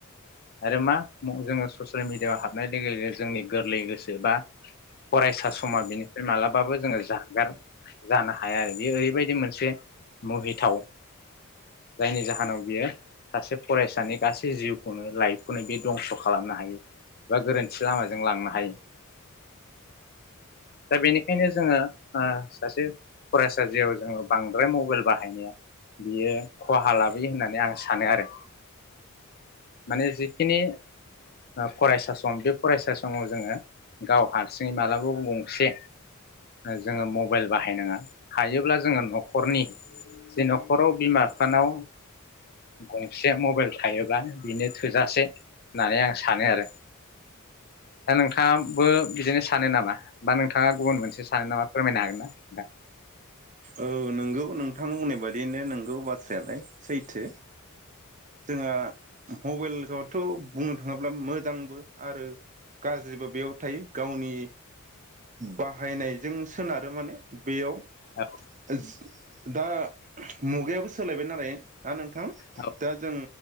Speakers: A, on the left; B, on the right.
A: आरो मा जोङो ससियेल मिडियाआव हाबनाय लोगो लोगो जोंनि गोरलै गोसो बा फरायसा समा बेनिफ्राय मालाबाबो जोङो जागगार जानो हाया आरो बेयो ओरैबायदि मोनसे मुहिथाव जायनि जाहोनाव बियो सासे फरायसानि गासै जिउखौनो लाइफखौनो बे दंस' खालामनो हायो बा गोरोन्थि लामाजों लांनो हायो दा बेनिखायनो जोङो सासे फरायसा जियाव जोङो बांद्राय मबाइल बाहायनाया बियो खहा लाबोयो होननानै आं सानो आरो माने जिखिनि फरायसा सम बे फरायसा समाव जोङो गाव हारसिङै मालाबाबो गंसे जोङो मबाइल बाहायनाङा हायोब्ला जोङो न'खरनि जे न'खराव बिमा बिफानाव गंसे मबाइल थायोब्ला बेनो थोजासे होननानै आं सानो आरो दा नोंथाङाबो बिदिनो सानो नामा बा नोंथाङा गुबुन मोनसे सानो नामा फोरमायनो हागोन ना नोंथां
B: औ नोंगौ नोंथां बुंनाय बायदियैनो नोंगौ बाथ्रायालाय सैथो जोंहा मबाइलखौथ' बुंनो थाङोब्ला मोजांबो आरो गाज्रिबो बेयाव थायो गावनि बाहायनायजों सोनारो माने बेयाव <unintelligible>
A: नोंथां?
B: दा मुगायाबो सोलायबाय नालाय ना नोंथां
A: औ
B: दा जों